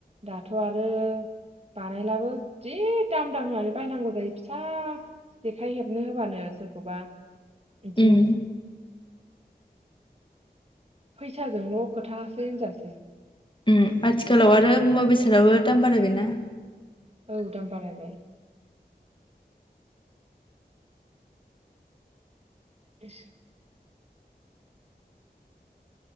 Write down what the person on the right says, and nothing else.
दाथ आरो बानायलाबो जि दाम दाम होनानै बायनांगौ जायो फिसा जेखाइ हेबनो होबानो सोरखौबा बिदिनो
फैसाजोंल' खोथासो होनजासै।
औ दाम बारायबाय। इस